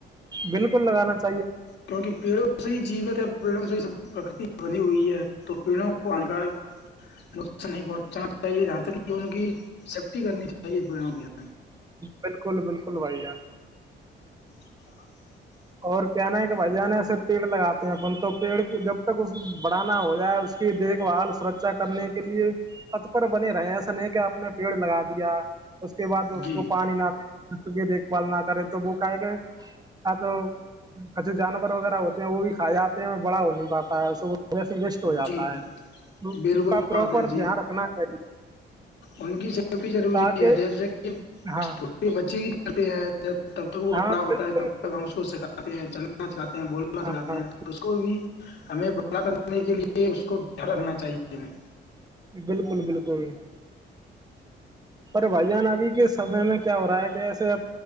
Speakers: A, on the right; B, on the left.
A: بالکل لگانااہی <unintelligible>
B: کیونکہ پیڑوں سے ہی جیوت ہے <unintelligible> پیڑوں سےب پرکتی بنی ہوئی ہے تو پیڑوں کو ہانکارک نقصان نہیں پہنچانا چاہیے جہاں تک کہ ان کی سیفٹی کرنی چاہیے پیڑوں کی <unintelligible>
A: بالکل بالکل بائی جان <unintelligible>
B: نا <unintelligible>
A: اور کیانا ہے کہ بھائی جان ایسے پیڑ لگاتے ہیں پن تو پیڑ جب تک اس بڑھانا ہو جائے اس کی دیکھ بھال سرچا کرنے کے لیے <unintelligible> اتپر بنے رہے ایسا نہیں کہ آپ نے پیڑ لگا دیا <unintelligible> اس کے بعد اس
B: جی
A: کو پانی نہ <unintelligible> دیکھ بال نہ کرے تو وہ کاائے کر آ تو کچھ جانور وغیرہ ہوتے ہیں وہ بھی کھا جاتے ہیں بڑا ہو نہیں پاتا ہے وس ہی ویسٹ ہو جاتا
B: جی
A: ہے اس
B: بالکل
A: کا پراپر
B: بات ہے جی
A: دھیان رکھنا چاہیے
B: ان کی سیفٹی ضروری
A: تاکہ
B: ہے جیسے کہ
A: ہاں
B: چے بچے کی کر ہیں تب تک وہ
A: ہاں
B: بڑا ہوتا
A: بالکل
B: ہے تب تک ہم اس کو سکھاتے ہیں چل پچ کات بول
A: ہاں
B: سکھاتے ہیں اس کو بھی ہمیں بڑا کرنے کے لیے اس کو یہ رکھنا چاہیے ہمیں
A: بالکل بالکل پر بھائی جان ابھی کے سمے میں کیا ہو رہا ہے کہ ایسے